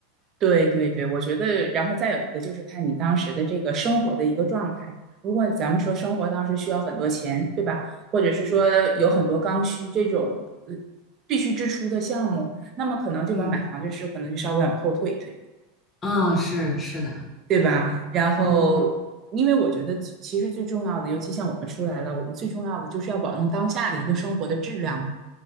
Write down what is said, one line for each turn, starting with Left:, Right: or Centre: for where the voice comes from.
Right: 对对对，我觉得，然后再有一个就是看你当时的这个生活的一个状态。如果咱们说生活当时需要很多钱，对吧？或者是说有很多刚需这种呃必须支出的项目，那么可能就把买房这事可能就稍微往后退一退，
Left: 嗯，啊，是是的，
Right: 对吧？然后，
Left: 嗯，
Right: 因为我觉得其其实最重要的，尤其像我们出来了，我们最重要的就是要保证当下的一个生活的质量。